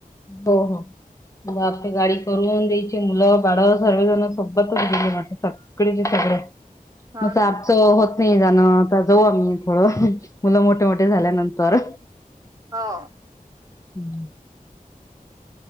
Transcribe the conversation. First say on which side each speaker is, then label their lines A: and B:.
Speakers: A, on the left; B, on the right.
A: हो हो आपल्या गाडी करून द्यायची मुलं बाळ सर्वजण सोबतच गेले सगळे ज
B: हो
A: मग आमचं
B: ना
A: होतं नाही जाणं आता जाऊ आम्ही थोड मुलं मोठे मोठे झाल्यानंतर.
B: हो
A: हम्म